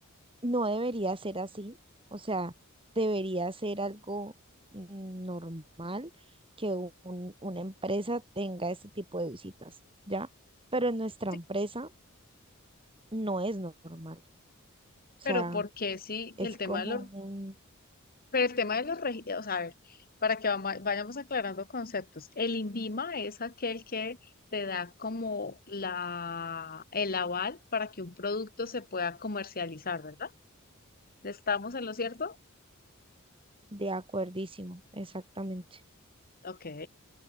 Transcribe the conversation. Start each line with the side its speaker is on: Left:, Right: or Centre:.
Right: no debería ser así, o sea, debería ser algo mm, normal que un- una empresa tenga este tipo de visitas, ¿ya? Pero en nuestra
Left: Sí,
Right: empresa no es normal, o
Left: pero
Right: sea,
Left: ¿por qué sí?
Right: es
Left: El tema
Right: como
Left: de los,
Right: un
Left: pero el tema de los registros, o sea, a ver, para que vama- vayamos aclarando conceptos. El INVIMA es aquel que te da como la, el aval para que un producto se pueda comercializar, ¿verdad? ¿Estamos en lo cierto?
Right: de acuerdísimo, exactamente.
Left: Ok.